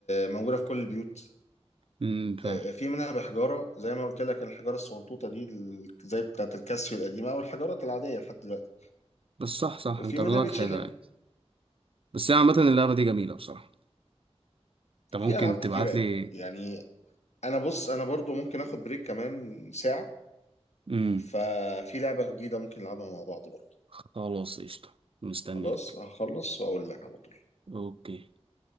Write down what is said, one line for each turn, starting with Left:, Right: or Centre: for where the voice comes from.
Left: موجودة في كل البيوت
Right: امم فاهم
Left: آه، في منها بحجارة زي ما قلت لك الحجارة الصغنطوطة دي ال- زي بتاعة الكاسيو القديمة أو الحجارات العادية لحد دلوقتي
Right: بس صح صح
Left: وفي
Right: أنت ردودك
Left: منها بيتشحن
Right: حلوة يعني بس هي عامة اللعبة دي جميلة بصراحة أنت
Left: في
Right: ممكن
Left: ألعاب كتيرة
Right: تبعت
Left: قوي
Right: لي
Left: يعني أنا بص أنا برضو ممكن آخد بريك كمان ساعة
Right: امم
Left: ففي لعبة جديدة ممكن نلعبها مع بعض بقى
Right: خلاص قشطة مستنيك
Left: خلاص هخلص وأقول لك على طول
Right: أوكي